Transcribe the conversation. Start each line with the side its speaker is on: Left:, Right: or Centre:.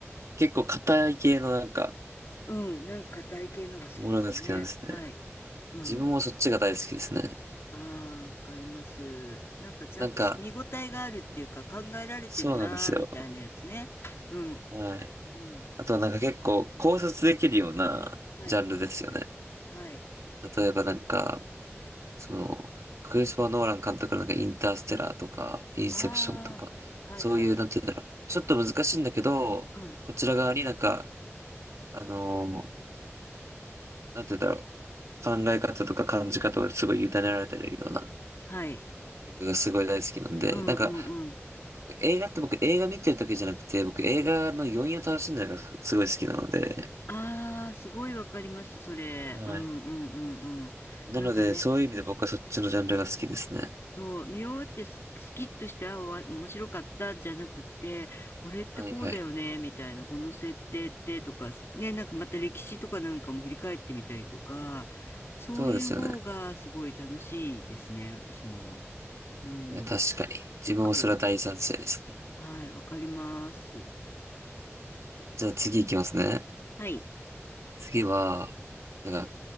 Right: 結構硬い系のなんか、
Left: うん、なんか硬い系のが好きですね。
Right: ものが好きなんですね。
Left: はい。うん。
Right: 自分もそっちが大好きですね。
Left: ああ、わかります。なんかちゃんとし見応えがあるっていうか、
Right: なんか、
Left: 考えられてるなーみたいなやつね。
Right: そうなんですよ。
Left: うん。
Right: はい。
Left: うん。
Right: あとはなんか結構考察できるようなジャンルですよね。
Left: はい。はい。
Right: 例えばなんか、その、クリスパー・ノーラン監督のなんかインターステラーとか、インセプションとか、
Left: ああ、はいはい。
Right: そういう、なんて言うんだろう。ちょっと難しいんだけど、
Left: うん。
Right: こちら側になんか、あのーなんて言うんだろう。考え方とか感じ方をすごい委ねられてるような
Left: はい。
Right: 映画がすごい大好きなんで、
Left: うんうんうん。
Right: なんか、映画って僕映画見てるだけじゃなくて、僕映画の余韻を楽しんでるのがすごい好きなので、
Left: ああ、すごいわかります、それ。
Right: はい。
Left: うんうんうんうん。
Right: なので、
Left: なんかね
Right: そういう意味で僕はそっちのジャンルが好きですね。
Left: そう、見終わってス、スキッとして、あ、おわ面白かったじゃなくて、これってこうだよね、
Right: はいはい。
Left: みたいな、この設定ってとか、ね、なんかまた歴史とかなんかも振り返ってみたりとか、そういう方がすごい楽しいですね、
Right: そうですよね。
Left: 私も。うん、
Right: いや、確かに。自分もそれは大賛成ですね。
Left: わかるわかる。はい、わかります。
Right: じゃあ次行きますね。
Left: はい、
Right: 次は、なんか、